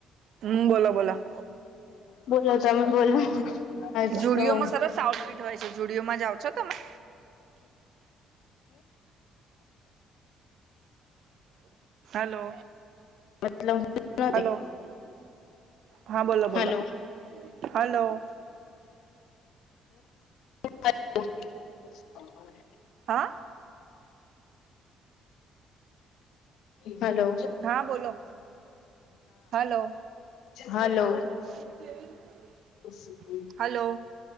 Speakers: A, on the right; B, on the left.
A: હમ્મ બોલો બોલા.
B: બોલો તમે બોલો. આજ
A: જુડિઓમાં
B: તો હું
A: સરસ આઉટપીટ હોય છે જુદીઓમાં જાવ છો તમે? હલો.
B: મતલબ નથી
A: હલો હા બોલો
B: hello
A: બોલો. Hello.
B: <inaudible>
A: હા?
B: હલો.
A: હા બોલો હલો
B: હા હલો.
A: <inaudible>
B: પ સુકુલ.
A: હલો